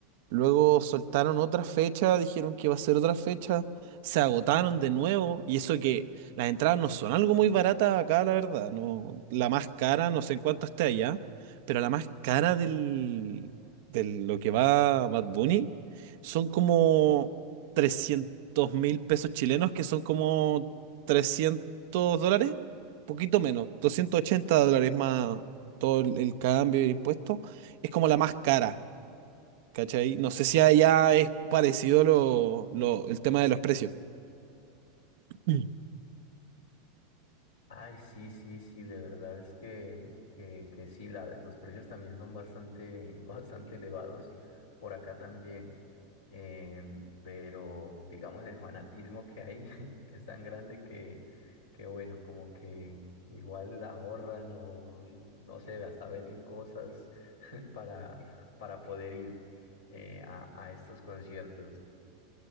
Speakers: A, on the right; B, on the left.
A: Luego soltaron otra fecha, dijeron que iba a ser otra fecha, se agotaron de nuevo, y eso que las entradas no son algo muy baratas acá, la verdad, no, la más cara, no sé en cuánto esté allá, pero la más cara del, de lo que va Bad Bunny son como trescientos mil pesos chilenos, que son como trescientos dólares, poquito menos, 280 dólares más todo el el cambio de impuestos, es como la más cara. ¿Cachai? No sé si allá es parecido lo, lo- el tema de los precios. Mm.
B: Ay, sí, sí, sí, de verdad es que, que, que sí, la- los precios también son bastante, <laughs> bastante elevados por acá también. Em, pero digamos el fanatismo que hay <laughs> es tan grande que, que bueno, como que igual la ahorran o no sé, hasta venden cosas <laughs> para, para poder ir eh, a, a estos conciertos.